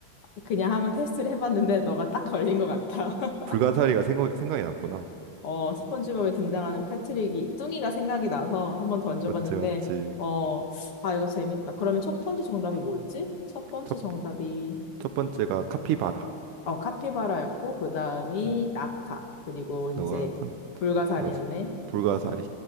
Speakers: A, on the left; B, on the right.
A: 그냥 한번 테스트를 해봤는데 너가 딱 걸린 것 같아. <laughs>
B: 불가사리가 생각 생각이 났구나.
A: 어, 스폰지밥에 등장하는 패트릭이 뚱이가 생각이 나서 한번 던져봤는데
B: 맞지, 맞지.
A: 어, 아 이거 재밌다. 그러면 첫 번째 정답이 뭐였지? 첫 번째
B: 첫,
A: 정답이
B: 번- 첫 번째가 카피바라.
A: 어 카피바라였고 그 다음이
B: 응,
A: 낙타 그리고 이제
B: 너가 한 건 같다.
A: 불가사리였네.
B: 맞아. 불가사리.